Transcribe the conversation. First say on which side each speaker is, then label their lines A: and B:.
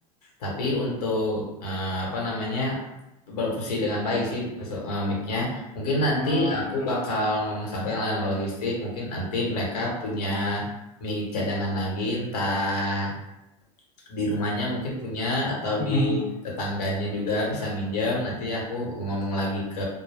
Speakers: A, on the left (about 75°); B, on the left (about 20°).
A: Tapi untuk eh, apa namanya berfungsi dengan baik sih so- eh, mic-nya. Mungkin nanti
B: Hmm,
A: aku bakal ngomong sampai yang layanan logistik. Mungkin nanti mereka punya mic cadangan lagi, entah di rumahnya mungkin punya atau
B: hmm,
A: di
B: hmm, hmm.
A: tetangganya juga bisa minjem. Nanti aku ngomong lagi ke